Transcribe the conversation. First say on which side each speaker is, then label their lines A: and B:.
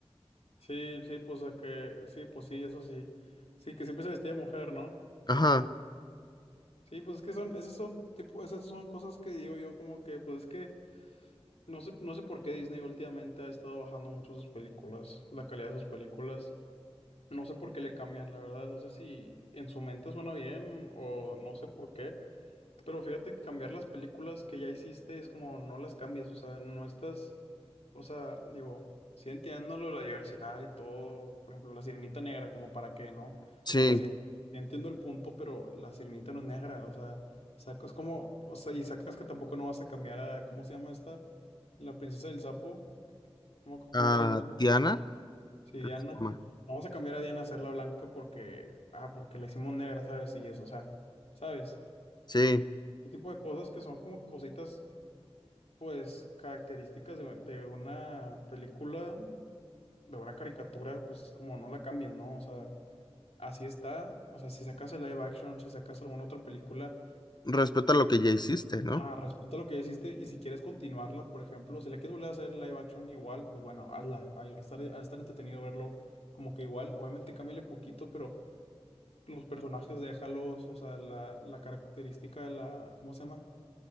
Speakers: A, on the left (about 85°); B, on the left (about 45°).
A: sí, sí, pues a que, sí, pues sí, eso sí. Sí, que siempre se vestía de mujer, ¿no?
B: Ajá,
A: Sí, pues es que son, esas son tipo, esas son cosas que digo yo como que, pues es que no sé, no sé por qué Disney últimamente ha estado bajando mucho sus películas, la calidad de sus películas. No sé por qué le cambian, la verdad, no sé si en su mente suena bien o no sé por qué. Pero fíjate que cambiar las películas que ya hiciste es como no las cambies, o sea, no estás, o sea, digo, sí entiendo lo de la diversidad y todo, por ejemplo, la Sirenita Negra, como para qué, ¿no?
B: sí,
A: O sea, sí, sí entiendo el punto, pero la Sirenita no es negra, o sea, sacas como, o sea, y sacas que tampoco no vas a cambiar a, ¿cómo se llama esta? La princesa del sapo, ¿cómo, cómo
B: a
A: se llama?
B: Tiana,
A: Sí, Diana.
B: creo que se llama.
A: No vamos a cambiar a Diana a hacerla blanca porque, ah, porque la hicimos negra, ¿sabes? Y eso, o sea, ¿sabes?
B: Sí,
A: Este tipo de cosas que son como cositas pues características de, de una película, de una caricatura, pues es como no la cambies, ¿no? O sea, así está. O sea, si sacas el live action, si sacas alguna otra película,
B: respeta lo que ya hiciste, ¿no?
A: ah, respeta lo que ya hiciste y si quieres continuarla, por ejemplo, si la quieres volver a hacer en live action igual, pues bueno, hazla. Ahí estar, a estar entretenido verlo como que igual. Obviamente cámbiale poquito, pero los personajes déjalos, o sea, la, la característica de la, ¿cómo se llama?